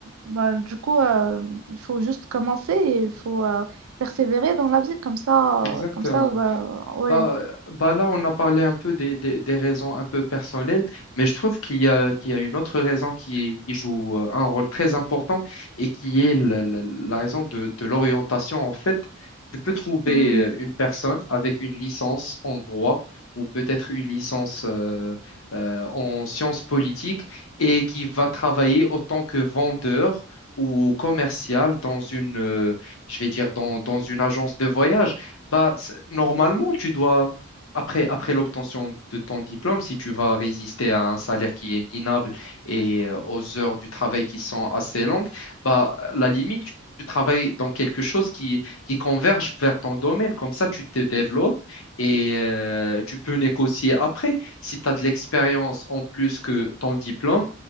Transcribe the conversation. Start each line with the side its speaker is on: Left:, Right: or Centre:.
Right: bah, du coup, euh, il faut juste commencer et il faut euh, persévérer dans la vie, comme ça,
Left: exactement.
Right: comme ça, bah, ouais.
Left: Bah, bah là, on a parlé un peu des, des, des raisons un peu personnelles, mais je trouve qu'il y a, qu'il y a une autre raison qui, qui joue euh, un rôle très important et qui est la, la- la raison de, de l'orientation. En fait, tu peux trouver
Right: Hmm.
Left: euh, une personne avec une licence en droit ou peut-être une licence euh, euh, en sciences politiques et qui va travailler autant que vendeur ou commercial dans une, euh, je vais dire, dans, dans une agence de voyage. Bah, c'est- normalement, tu dois, après, après l'obtention de ton diplôme, si tu vas résister à un salaire qui est minable et euh, aux heures du travail qui sont assez longues, bah, à la limite, tu, tu travailles dans quelque chose qui, qui converge vers ton domaine. Comme ça, tu te développes et euh, tu peux négocier après. Si tu as de l'expérience en plus que ton diplôme,